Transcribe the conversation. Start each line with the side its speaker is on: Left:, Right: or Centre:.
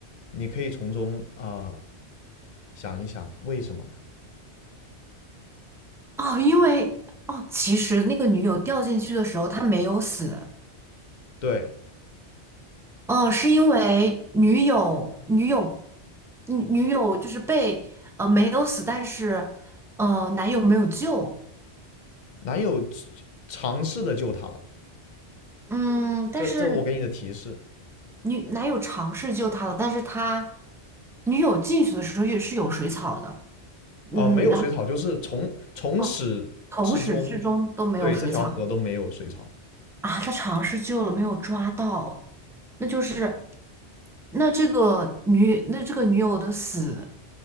Left: 你可以从中啊、呃想一想为什么呢？
Centre: 哦，因为哦，其实那个女友掉进去的时候她没有死，
Left: 对，
Centre: 哦，是因为女友女友女女友就是被呃没有死，但是呃男友没有救。
Left: 男友尝试的救她了，
Centre: 嗯，但是
Left: 这这我给你的提示，
Centre: 女男友尝试救她了，但是他女友进去的时候也是有水草的，
Left: 呃，
Centre: 嗯，
Left: 没有水草，
Centre: 然
Left: 就是从从始至终，
Centre: 后哦，从始至终都没有水草
Left: 对这条河都没有水草，
Centre: 啊，他尝试救了，没有抓到，那就是那这个女那这个女友的死